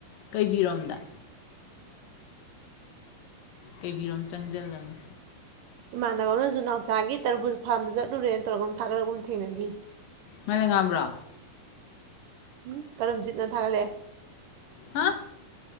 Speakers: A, on the left; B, on the right.
A: ꯀꯩꯕꯤꯔꯣꯝꯗ ꯀꯩꯕꯤꯔꯣꯝ ꯆꯪꯁꯤꯜꯂꯅꯨ
B: ꯏꯃꯥꯟꯅꯕ ꯑꯃꯅꯁꯨ ꯅꯥꯎꯆꯥꯒꯤ ꯇꯔꯕꯨꯜ ꯐꯥꯔꯝꯗ ꯆꯠꯂꯨꯔꯦꯅ ꯇꯧꯔꯒ ꯊꯥꯒꯠꯂꯛꯒ ꯊꯦꯡꯅꯈꯤ
A: ꯃ ꯂꯩ ꯉꯝꯕ꯭ꯔꯣ
B: ꯎꯝ ꯀꯔꯝ ꯖꯤꯠꯅ ꯊꯥꯒꯠꯂꯛꯑꯦ
A: ꯍꯥ